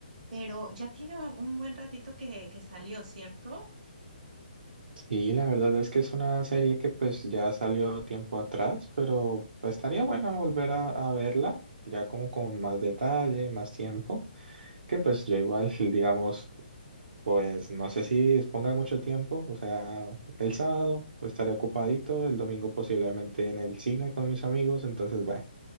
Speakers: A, on the right; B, on the right.
A: Pero ya tiene un un buen ratito que, que salió, ¿cierto?
B: Y la verdad es que es una serie que pues ya salió tiempo atrás, pero estaría bueno volver a, a verla ya como con más detalle y más tiempo, que pues yo igual <laughs> digamos pues no sé si disponga de mucho tiempo, o sea, el sábado estaré ocupadito, el domingo posiblemente en el cine con mis amigos, entonces bye.